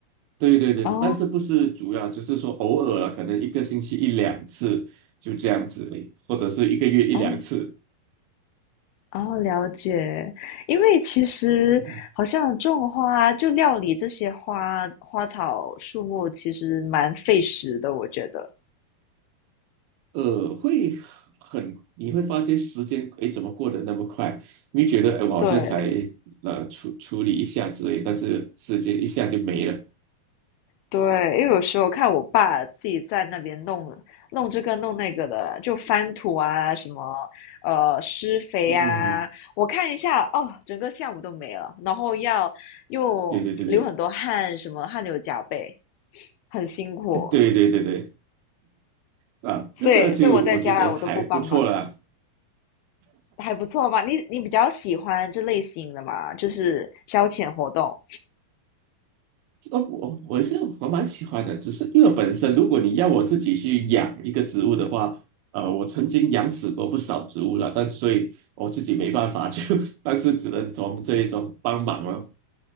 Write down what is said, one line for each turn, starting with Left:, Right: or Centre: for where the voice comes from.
Right: 对对对，
Left: 哦
Right: 对但是不是主要，就是说偶尔了，可能一个星期一两次就这样子而已或者是一个月一两次。
Left: 哦哦，了解。因为其实好像种花，
Right: <laughs>
Left: 就料理这些花花草树木，其实蛮费时的，我觉得。
Right: 呃，会很，你会发现时间，诶，怎么过得那么快？你会觉得，诶，我好像才
Left: 对，
Right: 呃处处理一下之类，但是时间一下就没了。
Left: 对，因为有时候看我爸自己在那边弄弄这个弄那个的，就翻土啊，什么呃施肥啊，
Right: 嗯哼哼，
Left: 我看一下哦，整个下午都没了，然后要又流很多汗，
Right: 对对对对
Left: 什么汗流浃背，很辛苦，
Right: <laughs> 对对对对，啊，
Left: 所以所以我在家我都不帮忙了，
Right: 这个就我觉得还不错啦。
Left: 还不错吧？你你比较喜欢这类型的嘛，就是消遣活动，
Right: 哦，我我是我蛮喜欢的，只是因为本身如果你要我自己去养一个植物的话，呃，我曾经养死过不少植物了，但所以我自己没办法，就 <laughs> 但是只能从这一种帮忙了。